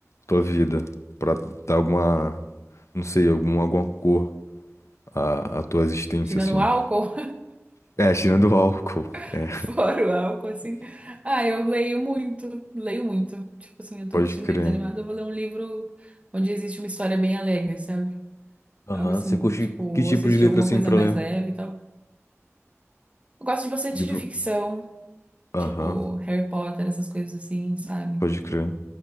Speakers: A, on the left (about 65°); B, on the right (about 25°).
A: tua vida? Pra dar alguma. Não sei, alguma, alguma cor à, à tua existência,
B: Tirando
A: assim.
B: o álcool,
A: É, tirando o álcool.
B: <laughs>
A: É,
B: fora o álcool, assim. Ah, eu leio muito, leio muito. Tipo assim, eu tô
A: pode
B: me sentindo
A: crer.
B: meio desanimada, eu vou ler um livro onde existe uma história bem alegre, sabe?
A: Aham.
B: Algo assim,
A: Você curte
B: tipo, ou
A: que tipo
B: assistir
A: de livro
B: alguma
A: assim
B: coisa
A: pra
B: mais
A: ler?
B: leve e tal. Eu gosto de bastante
A: Livro.
B: de ficção,
A: Aham,
B: tipo Harry Potter, essas coisas assim, sabe?
A: pode crer.